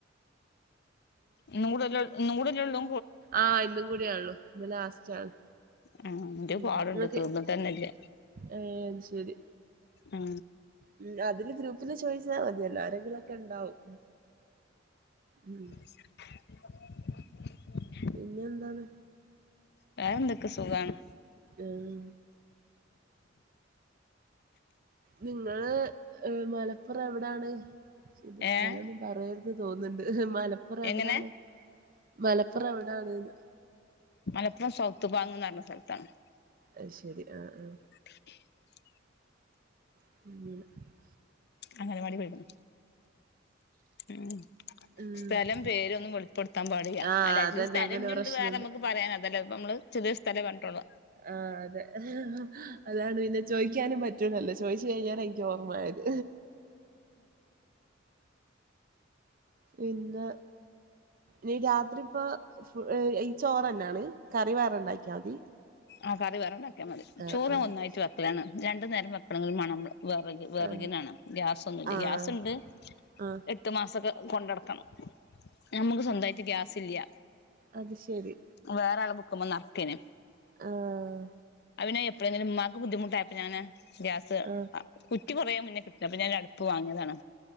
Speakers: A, on the left (about 55°); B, on the right (about 45°).
A: ഇന്നുകൂടെല്ലേ ഇന്നും കൂടെല്ലേയുള്ളൂ
B: ആ ഇന്നും കൂടിയേയുള്ളു ഇന്ന് ലാസ്റ്റാണ്
A: ആ എൻറ്റെ
B: ഉം
A: പാടൊണ്ട്
B: ഇങ്ങക്ക്
A: തീർന്നട്ടു തന്നെയില്ല
B: ഏഹ് അത് ശരി
A: ആ
B: ഉം അതില് ഗ്രൂപ്പില് ചോയിച്ചാ മതിയല്ലോ ആരെങ്കിലുമൊക്കെയുണ്ടാവും ഉം
A: <inaudible>
B: പിന്നെയെന്താണ്
A: വേറെന്തൊക്കെ സുഖാണ്
B: ആഹ് നിങ്ങള് മലപ്പുറം എവിടെയാണ് ശ്ത് സ്ഥലം
A: ഏഹ്
B: ഒന്നും പറയരുത് ക്ക് തോന്നുന്നുണ്ട് മലപ്പുറം
A: എങ്ങനെ
B: എവിടാണ് മലപ്പുറം എവിടെയാണെന്ന്
A: !!!!!!!!!!
B: അയ്ശെരി ആ ആ
A: <inaudible>
B: <unintelligible>
A: അംഗനവാടി കഴിഞ്ഞു ഉം
B: ആഹ്
A: സ്ഥലം പേരൊന്നും വളിപ്പെടുത്താൻ പാടില്ല
B: ആഹ്
A: അല്ല
B: അതന്നെ
A: ഇത് സ്ഥലം
B: അങ്ങനെ
A: ഇനിയൊണ്ട്
B: പ്രശ്നണ്ട്
A: വേറെ നമുക്ക് പറയാനാ വല്ല ഇപ്പമ്മള് ചെറിയ സ്ഥലേ പറഞ്ഞിട്ടൊള്ളൂ
B: ആ അതെ അതാണുപിന്നെ ചോയിക്കാനും പറ്റൂലല്ലോ ചോയിച്ചുകഴിഞ്ഞാണ് എനിക്ക് ഓർമ്മയായത് പിന്നെ നീ രാത്രിപ്പോ ഫു ഏ ഇ ചോറ് തന്നാണ് കറിവേറൊണ്ടാക്കിയാ മതി
A: ആ കറി വേറൊണ്ടാക്കിയാമതി
B: ആഹ്
A: ചോറ്
B: ആഹ്
A: ഒന്നായിട്ടുവെക്കലാണ് രണ്ടുനേരം വെക്കണമെങ്കും മണം വെറക്
B: ആഹ്
A: വെറകിനാണ് ഗ്യാസ് ഒന്നൂല്ല
B: ആഹ് ആഹ്
A: ഗ്യാസൊണ്ട്
B: ആഹ് -
A: പത്ത് മാസമൊക്കെ കൊണ്ട നടക്കണം നമുക്ക് സ്വന്തമായിട്ട് ഗ്യാസ് ഇല്ല.
B: അത്ശെരി.
A: വേറെ ആള് ബുക്ക്മ്മെ നറക്കേന്
B: ആഹ്
A: അത് പിന്നെ എപ്പഴെങ്കിലും ഉമ്മാക്ക് ബുദ്ധിമുട്ടായപ്പോ ഞാന് ഗ്യാസ്
B: ആഹ്
A: അ കുറ്റി കുറേ മുന്നെ കിട്ട അപ്പൊ ഞാൻ അടുപ്പ് വാങ്ങിയതാണ്.